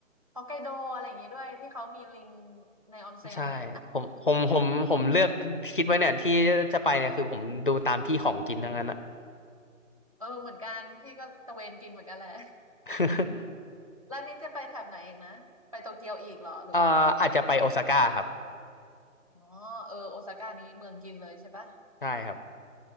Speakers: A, on the right (about 30°); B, on the left (about 40°).
A: ฮอกไกโดอะไรอย่างงี้ด้วยที่เขามีลิงในออนเซ็นน่ะ
B: ใช่ผมผมผมผมเลือกคิดไว้เนี่ยที่จะไปเนี่ยคือผมดูตามที่ของกินทั้งนั้นอะ
A: <laughs> เออเหมือนกันพี่ก็ตะเวนกินเหมือนกันแหละ
B: <laughs>
A: แล้วนี่จะไปแถบไหนอีกนะไปโตเกียวอีกเหรอหรือว่า
B: เอ่ออาจจะไปโอซาก้าครับ
A: อ๋อเออโอซาก้านี้เมืองกินเลยใช่ปะ
B: ใช่ครับ